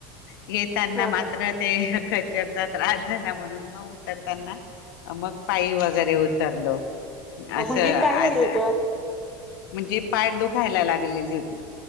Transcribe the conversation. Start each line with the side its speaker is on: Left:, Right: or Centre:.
Left: येताना
Centre: हा
Left: मात्र ते कचरचा त्रास झाला. म्हणून मग उतरताना मग पायी वगैरे उतरलो.
Centre: अ
Left: असं
Centre: म्हणजे काय झालं
Left: असं
Centre: होतं.
Left: म्हणजे पाठ दुखायला लागलेली होती.